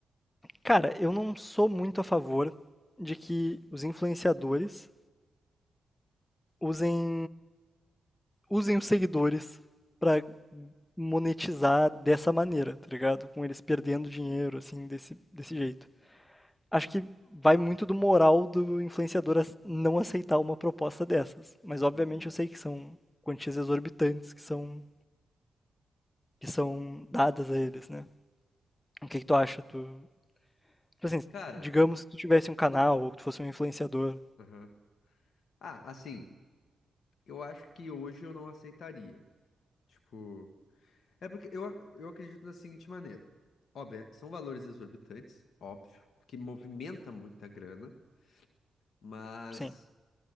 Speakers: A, on the left; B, on the left.
A: cara, eu não sou muito a favor de que os influenciadores usem usem os seguidores para monetizar dessa maneira, tá ligado? Com eles perdendo dinheiro, assim, desse, desse jeito. Acho que vai muito do moral do influenciador ac- não aceitar uma proposta dessas. Mas obviamente
B: uhum.
A: eu sei que são quantias exorbitantes que são, que são dadas a eles, né? O que que tu acha? Tu, tipo assim,
B: Cara,
A: digamos que tu tivesse um canal
B: eu não.
A: ou que tu fosse um influenciador.
B: Aham. Ah, assim, eu acho que hoje eu não aceitaria. Tipo. É porque eu, eu acredito da seguinte maneira. Óbvio, é- são valores exorbitantes, óbvio, que movimenta muita grana, mas
A: Sim,